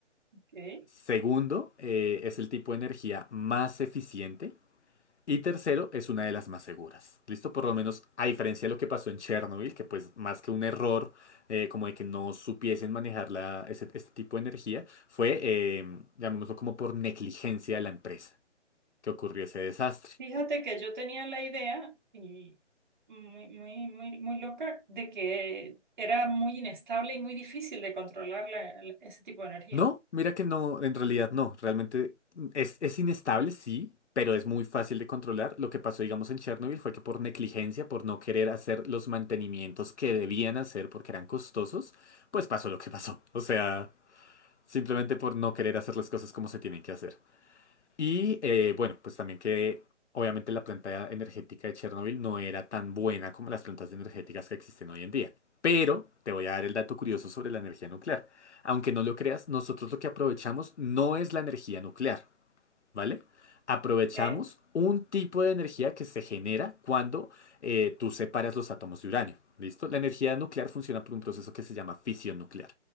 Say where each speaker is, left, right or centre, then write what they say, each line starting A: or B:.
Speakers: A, on the right (about 40°); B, on the left (about 70°).
A: Ok.
B: Segundo, eh, es el tipo de energía más eficiente. Y tercero, es una de las más seguras. ¿Listo? Por lo menos, a diferencia de lo que pasó en Chernobyl, que pues más que un error, eh, como de que no supiesen manejar la- ese- este tipo de energía, fue, eh, llamémoslo como por negligencia de la empresa, que ocurrió ese desastre.
A: Fíjate que yo tenía la idea y muy, muy, muy, muy loca de que era muy inestable y muy difícil de controlar la- la- ese tipo de energía.
B: No, mira que no, en realidad no. Realmente mm, es, es inestable, sí, pero es muy fácil de controlar. Lo que pasó, digamos, en Chernobyl fue que por negligencia, por no querer hacer los mantenimientos que debían hacer porque eran costosos, pues pasó lo que pasó. O sea... simplemente por no querer hacer las cosas como se tienen que hacer. Y eh, bueno, pues también que obviamente la planta energética de Chernobyl no era tan buena como las plantas energéticas que existen hoy en día. Pero te voy a dar el dato curioso sobre la energía nuclear. Aunque no lo creas, nosotros lo que aprovechamos no es la energía nuclear, ¿vale? Aprovechamos
A: Ok.
B: un tipo de energía que se genera cuando eh, tú separas los átomos de uranio. ¿Listo? La energía nuclear funciona por un proceso que se llama fisión nuclear,